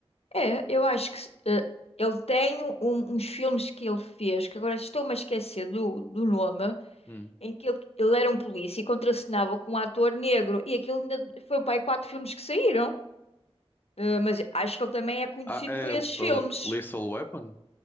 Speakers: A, on the left; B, on the left.
A: É, eu acho que eh, ele tem um- uns filmes que ele fez, que agora estou-me a esquecer do, do nome,
B: Hum.
A: em que ele, ele era um polícia e contracenava com um ator negro. E aquilo ainda foi para aí quatro filmes que saíram. Eh, mas acho que ele também é conhecido
B: Ah, é
A: por esses
B: uh,
A: filmes.
B: Lethal Weapon?